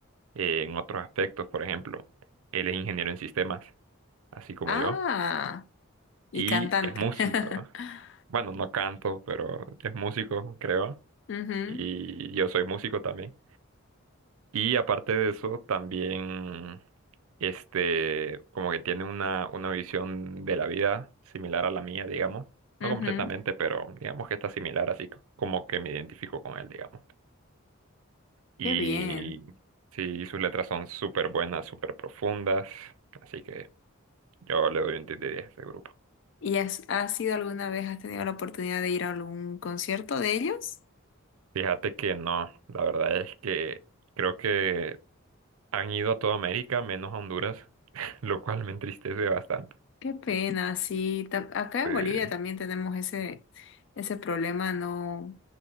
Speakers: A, on the right (about 80°); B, on the left (about 55°).
A: eh, en otros aspectos. Por ejemplo, él es ingeniero en sistemas, así como
B: Ah,
A: yo.
B: y
A: Y
B: cantante.
A: es músico.
B: <laughs>
A: Bueno, no canto, pero es músico, creo.
B: Ujú,
A: Y yo soy músico también. Y aparte de eso, también, este, como que tiene una, una visión de la vida similar a la mía, digamos.
B: ujú.
A: No completamente, pero digamos que está similar, así c- como que me identifico con él, digamos. Y
B: Qué bien.
A: sí, sus letras son súper buenas, súper profundas, así que yo le doy un 10 de 10 a este grupo.
B: ¿Y has, has ido alguna vez, has tenido la oportunidad de ir a algún concierto de ellos?
A: Fíjate que no, la verdad es que creo que han ido a toda América menos a Honduras, <laughs> lo cual me entristece bastante.
B: Qué pena, sí. Ta- Acá en
A: Sí,
B: Bolivia también tenemos ese, ese problema, no,